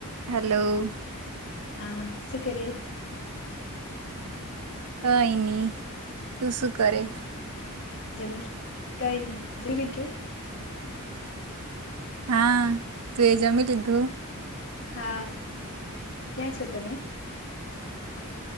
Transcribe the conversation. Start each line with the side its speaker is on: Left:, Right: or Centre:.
Right: Hello!
Left: હા સુું કરે?
Right: કઈ નહી તું શું કરે?
Left: જમીલ કઈ ન જમીલ કે?
Right: હા તું એ જમી લીધું?
Left: હા ક્યાં છો તમે?